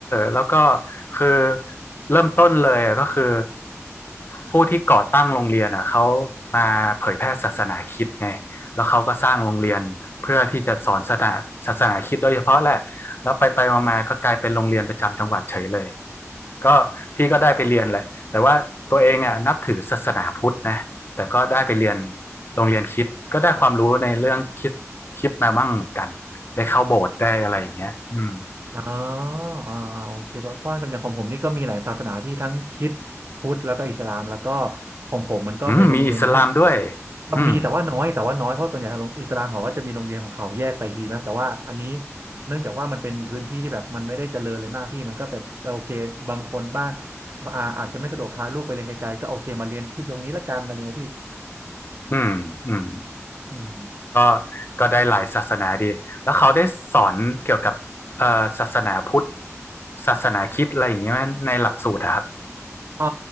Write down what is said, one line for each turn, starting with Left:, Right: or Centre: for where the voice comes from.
Left: แล้วก็คือเริ่มต้นเลยอะก็คือผู้ที่ก่อตั้งโรงเรียนอ่ะเขามาเผยแพร่ศาสนาคริสต์ไงแล้วเขาก็สร้างโรงเรียนเพื่อที่จะสอนศาสนาศาสนาคริสต์โดยเฉพาะแหละแล้วไปไปมาๆก็กลายเป็นโรงเรียนประจำจังหวัดเฉยเลยก็พี่ก็ได้ไปเรียนแหละแต่ว่าตัวเองอ่ะนับถือศาสนาพุทธนะแต่ก็ได้ไปเรียนโรงเรียนคริสต์ก็ได้ความรู้ในเรื่องคริสต์คริสต์มาบ้างเหมือนกันได้เข้าโบสถ์ได้อะไรอย่างเงี้ยอืม
Right: อ๋ออ่าอ่าโอเคเพราะว่าอย่างของผมนี่ก็มีหลายศาสนาพี่ทั้งคริสต์พุทธแล้วก็อิสลามแล้วก็ของผมมันก็เป็นโรงเรียนที่
Left: อืมมีอิสลามด้วย
Right: ครั็มีแต่ว่าน้อยแต่ว่าน้อยเพราะส่วนใหญ่โรงอิสลามเขาก็จะมีโรงเรียนของเขาแยกไปทีนะแต่ว่าอันนี้
Left: อืม
Right: เนื่องจากว่ามันเป็นพื้นที่ที่แบบมันไม่ได้เจริญเลยมากพี่มันก็แบบโอเคบางคนบ้านอ่าอาจจะไม่สะดวกพาลูกไปเรียนไกลๆก็โอเคมาเรียนที่ตรงนี้ละกันอะไรเงี้ยพี่
Left: อืมอืม
Right: อืม
Left: ก็ก็ได้หลายศาสนาดี แล้วเขาได้สอนเกี่ยวกับเอ่อศาสนาพุทธศาสนาคริสต์อะไรอย่างเงี้ยไหมในหลักสูตรอะครับ
Right: เอ่อ